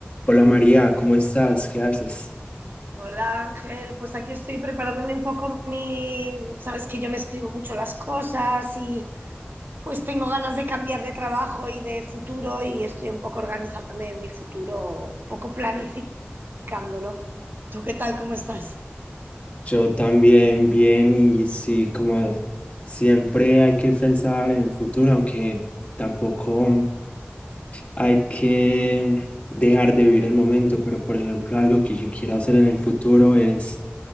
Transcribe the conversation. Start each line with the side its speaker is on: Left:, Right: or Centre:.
Left: Hola María, ¿cómo estás? ¿Qué haces?
Right: Hola Ángel, pues aquí estoy preparándome un poco mi, sabes que yo me escribo mucho las cosas y pues tengo ganas de cambiar de trabajo y de futuro y estoy un poco organizándome en mi futuro, un poco planificándolo. ¿Tú qué tal? ¿Cómo estás?
Left: Yo también bien y sí, como siempre hay que pensar en el futuro, aunque tampoco hay que dejar de vivir el momento, pero por ejemplo algo que yo quiero hacer en el futuro es